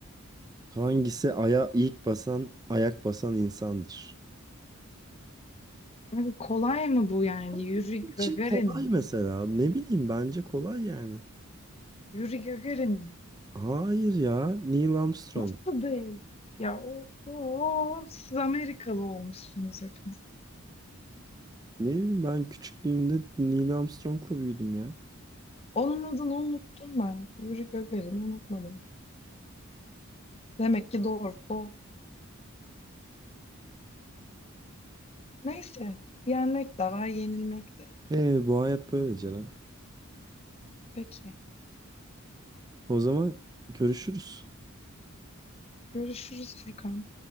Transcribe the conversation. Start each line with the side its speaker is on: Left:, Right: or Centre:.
Right: Hangisi aya ilk basan, ayak basan insandır?
Left: Abi kolay mı bu yani?
Right: Benim
Left: Yuri Gagarin
Right: için kolay
Left: mi?
Right: mesela. Ne bileyim bence kolay yani.
Left: Yuri Gagarin mi?
Right: Hayır ya Neil Armstrong.
Left: Nasıl değil? Ya o, o- o, siz Amerikalı olmuşsunuz hepiniz.
Right: Ne bileyim ben küçüklüğümde Neil Armstrong'la büyüdüm ya.
Left: Onun adını unuttum ben. Yuri Gagarin unutmadım. Demek ki doğru, doğru. Neyse. Yenmek de var, yenilmek de.
Right: E bu hayat böyle Ceren.
Left: Peki.
Right: O zaman görüşürüz.
Left: Görüşürüz Furkan.